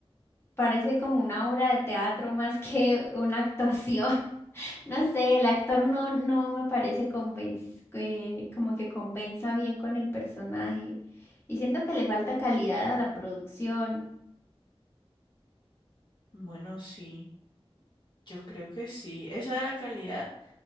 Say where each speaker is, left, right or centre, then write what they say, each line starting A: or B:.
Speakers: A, on the left (about 25°); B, on the left (about 45°).
A: parece como una obra de teatro más <laughs> que una actuación. <laughs> No sé, el actor no, no me parece convenc- eh, como que convenza bien con el personaje. Y siento que le falta calidad a la producción.
B: Bueno, sí, yo creo que sí. Eso de la calidad.